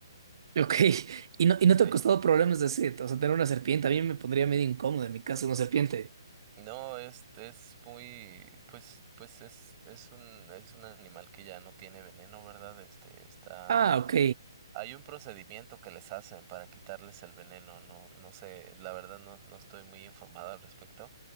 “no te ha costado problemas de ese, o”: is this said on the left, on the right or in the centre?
Right